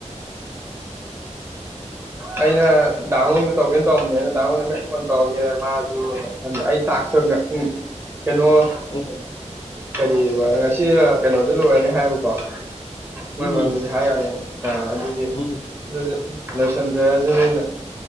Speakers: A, on the right; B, on the left.
A: ꯑꯩꯅ ꯗꯥꯉꯧ ꯇꯧꯒꯦꯅ ꯇꯧꯔꯝꯅꯦ ꯑꯗꯨꯗ ꯗꯥꯉꯣꯟ ꯅ ꯍꯨꯔꯦꯟ ꯀꯣꯟ ꯇꯧꯔꯒꯦ ꯃꯥꯖꯨꯅ ꯈꯟꯕ ꯑꯩ ꯇꯥꯛꯁ ꯇꯧꯅ ꯎꯝ ꯀꯩꯅꯣ
B: ꯎ <unintelligible>
A: ꯀꯔꯤ ꯉꯁꯤ ꯀꯩꯅꯣꯗ ꯂꯣꯏꯔꯅꯤ ꯍꯥꯏꯕꯀꯣ ꯃꯔꯣꯏ
B: ꯎꯝ
A: ꯃꯔꯝꯗꯗꯤ ꯍꯥꯏꯗꯅꯤ ꯑ ꯑꯗꯨꯗꯤ
B: ꯎꯝ
A: ꯑꯗꯨ ꯂꯣꯏꯁꯟꯖꯔꯁꯤꯅꯤ